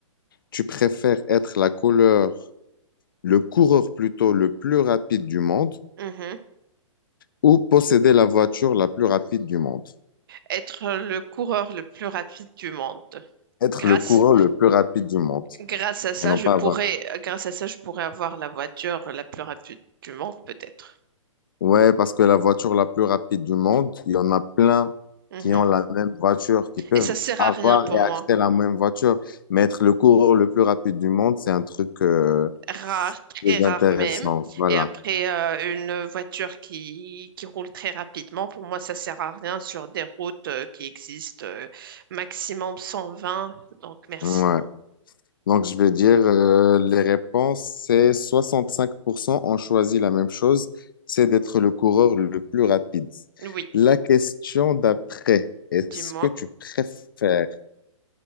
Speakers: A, on the left; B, on the right.
A: tu préfères être la couleur, le coureur plutôt le plus rapide du monde
B: mhm.
A: ou posséder la voiture la plus rapide du monde?
B: Être le coureur le plus rapide du monde.
A: Être
B: Grâce...
A: le coureur le plus rapide du monde
B: Grâce à ça,
A: et non
B: je
A: pas
B: pourrais,
A: avoir
B: grâce à ça, je pourrais avoir la voiture la plus rapide du monde, peut-être.
A: Ouais, parce que la voiture la plus rapide du monde, il y en a plein
B: Mhm.
A: qui ont la même voiture, qui peuvent
B: Et ça sert
A: avoir
B: à rien pour
A: et
B: moi.
A: acheter la même voiture. Mais être le coureur le plus rapide du monde, c'est un truc euh,
B: Rare, très
A: plus
B: rare
A: intéressant.
B: même.
A: Voilà.
B: Et après, euh, une voiture qui, qui roule très rapidement, pour moi, ça sert à rien sur des routes euh, qui existent euh, maximum 120. Donc, merci,
A: Ouais.
B: non.
A: Donc, je vais dire, euh, les réponses, c'est 65% ont choisi la même chose, c'est d'être le coureur le plus rapide.
B: Oui,
A: La question d'après, est-ce
B: dis-moi.
A: que tu préfères